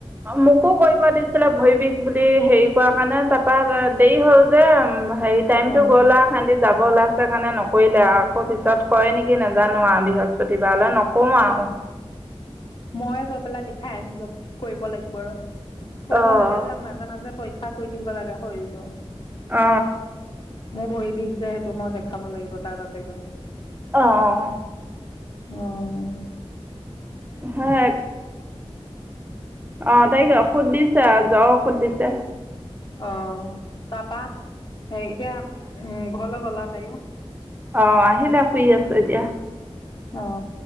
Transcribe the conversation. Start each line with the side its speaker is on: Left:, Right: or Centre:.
Right: মোকো কৰিব দিছিলে ভৰি বিষ বুলি হেৰি কৰ কাৰণে তাৰপৰা দেৰি হ'ল যে উম হেৰি টাইমটো
Left: অ
Right: গ'ল আৰু এ সেটি যাব ওলাইছে প খানে নকৰিলে আৰু আকৌ পিছত কৰে নেকি নাজানো আৰু বৃহস্পতিবাৰলৈ নকৰো আৰু
Left: মই গৈ পেলাই লিখাই আনিলো কৰিব লাগিব আৰু কৰিব
Right: অঁ
Left: লাগে এইবিলাক মাজে মাজে পৰীক্ষা ক্ষা কৰি থাকিব লাগে শৰীৰটো
Right: অ
Left: মোৰ ভৰি বিষ যে সেইটো মই দেখাব লাগিব তাৰ তাতে গৈ
Right: আহ অ
Left: অঁ
Right: হে আহ তাইকে ঔষধ দিছা যাওক ধ দিছে
Left: অ তাৰপা হেৰি এতিয়া উ ঘৰলৈ গ'লা তাইও
Right: অ আহিলে শুই আছে এতিয়া
Left: অ